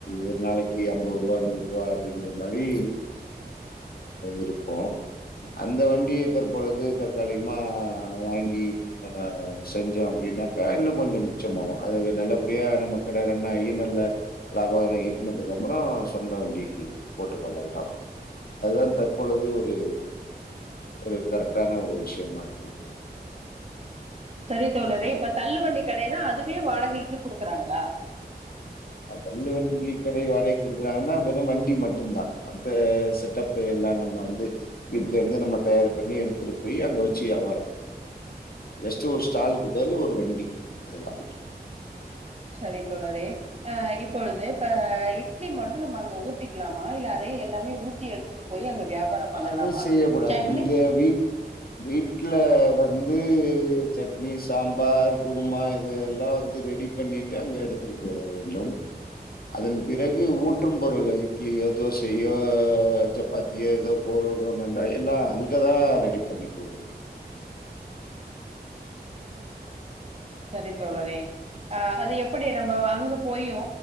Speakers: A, on the left; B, on the right.
A: ஒரு நாளைக்கு அம்பது ரூபா நூறு ரூபா அப்டிங்கிற மாரி இருக்கு அந்த வண்டிய தற்பொழுது தற்காலிகமா வாங்கி நம்ம செஞ்சோ அப்டின்னாக்கா இன்னு கொஞ்சோ மிச்சம் ஆவும் அதுல நல்ல அப்டியா நம்ம கட ரன் ஆயி நல்ல லாபகாரம் ஈட்டுனதுக்கு அப்பறம் சொந்த வண்டி போட்டுக் கொள்ளலாம் அதுதான் தற்பொழுது ஒரு ஒரு கரெக்டான ஒரு விஷயமா இருந்திருக்கும்
B: சரி தோழரே இப்ப தள்ளு வண்டி கடைன்னா அதுவே வாடகைக்கு குடுக்குறாங்களா
A: தள்ளு வண்டி கடை வாடகை குடுக்குறாங்கன்னா வெறும் வண்டி மட்டும்தா மத்த செட்டப்பு எல்லா நம்ம வந்து வீட்லயிருந்து நம்ம தயார் பண்ணி எடுத்துட்டு போய் அங்க வெச்சு வியாபாரம் பண்ணணு ஜஸ்ட் ஒரு ஸ்டாலுக்கு பதில் ஒரு வண்டி அது தா
B: சரி தோழரே இப்பொழுது இப்ப இட்லி மட்டு நம்ம அங்க ஊத்திக்கலாமா இல்ல அதே எல்லாமே ஊத்தி எடுத்துட்டு போய் அங்க வியாபாரம் பண்ணலாமா?
A: அது செய்ய கூடாது
B: சட்னி
A: இங்க வீட் வீட்ல வந்து சட்னி சாம்பார் குருமா இது எல்லா வந்து ரெடி பண்ணிட்டு அங்க எடுத்துட்டு போக வேண்டும் அதன் பிறகு ஊற்றும் பொருள் இட்லியோ தோசை யோ சப் பாத்தியோ எதோ போடுறோமண்டா எல்லா அங்கதா ரெடி பண்ணி குடு
B: சரி தோழரே அஹ் அது எப்படி நம்ம அங்க போயு